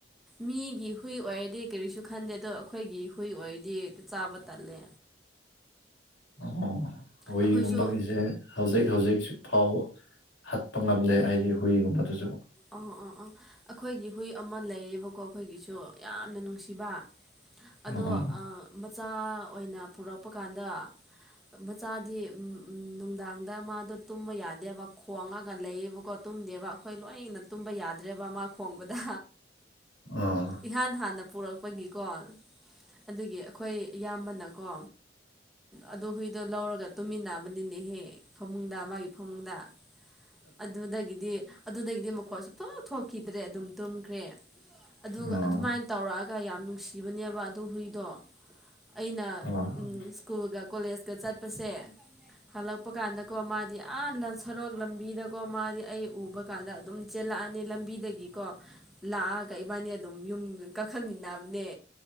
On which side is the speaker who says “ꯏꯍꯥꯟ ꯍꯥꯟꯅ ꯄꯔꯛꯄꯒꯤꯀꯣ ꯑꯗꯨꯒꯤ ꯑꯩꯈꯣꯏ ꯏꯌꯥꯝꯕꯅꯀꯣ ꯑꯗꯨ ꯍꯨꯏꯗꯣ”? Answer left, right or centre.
Centre